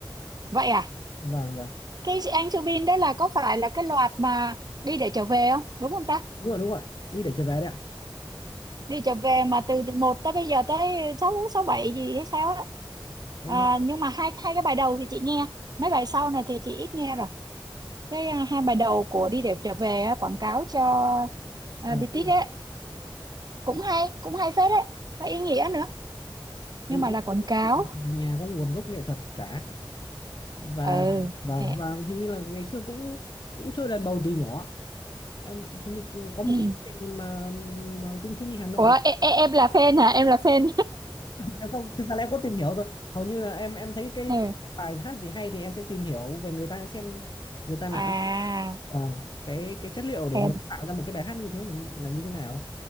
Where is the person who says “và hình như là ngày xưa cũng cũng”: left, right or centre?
Left